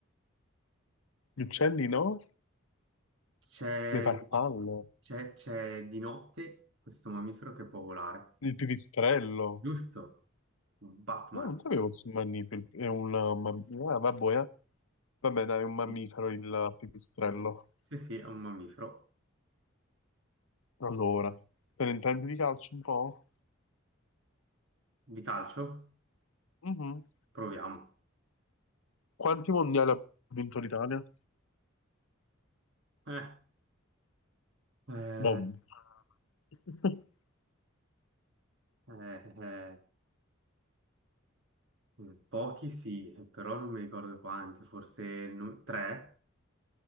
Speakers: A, on the left; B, on the right.
A: Gli uccelli no?
B: C'è
A: Le farfalle?
B: no, c'è- c'è di notte questo mammifero che può volare.
A: Il pipistrello?
B: Giusto. Batman.
A: No, non sapevo fosse un mammifero. È un mammifero. Ah, vabbè, eh. Vabbè, dai, è un mammifero
B: Sì,
A: il pipistrello.
B: sì, sì, è un mammifero.
A: Allora, te ne intendi di calcio un po'?
B: Di calcio?
A: Mhm.
B: Proviamo.
A: Quanti mondiali ha vinto l'Italia?
B: Eh, eh,
A: Boom. <laughs>
B: eh, eh, mm, pochi sì, però non mi ricordo quanti, forse nu- tre